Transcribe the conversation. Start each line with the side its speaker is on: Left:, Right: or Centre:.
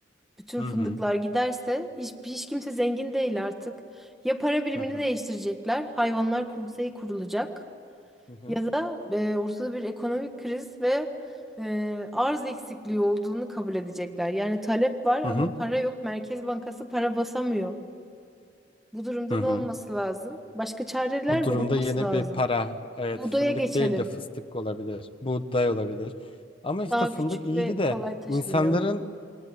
Centre: Bütün
Left: Hı
Centre: fındıklar
Left: hı.
Centre: giderse hiç, hiç kimse zengin değil artık. Ya para birimini
Left: Hı hı.
Centre: değiştirecekler, hayvanlar konseyi kurulacak.
Left: Hı hı.
Centre: Ya da e, ortada bir ekonomik kriz ve e, arz eksikliği olduğunu kabul edecekler. Yani talep var ama
Left: Hı hı.
Centre: para yok. Merkez Bankası para basamıyor. Bu durumda
Left: Hı
Centre: ne
Left: hı.
Centre: olması lazım? Başka çareler
Left: Bu durumda
Centre: bulunması
Left: yeni
Centre: lazım.
Left: bir para. Evet
Centre: Buğdaya
Left: fındık
Centre: geçelim.
Left: değil de fıstık olabilir. Buğday olabilir. Ama işte
Centre: Daha
Left: fındık
Centre: küçük
Left: iyiydi
Centre: ve
Left: de
Centre: kolay taşınıyor.
Left: insanların